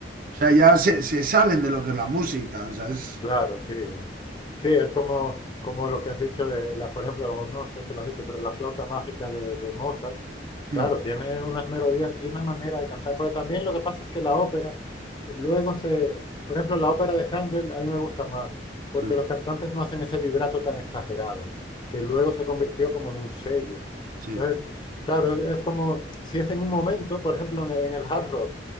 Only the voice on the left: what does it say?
Claro, sí. Sí, es como, como lo que has dicho de la, por ejemplo, o no sé si lo has dicho, pero la flauta mágica de, de Mozart,
claro, tiene unas melodías y una manera de cantar, porque también lo que pasa es que la ópera luego se, por ejemplo, la ópera de Handel a mí me gusta más, porque
los cantantes no hacen ese vibrato tan exagerado, que luego se convirtió como en un sello.
Entonces, claro, es como si es en un momento, por ejemplo, en, en el hard rock,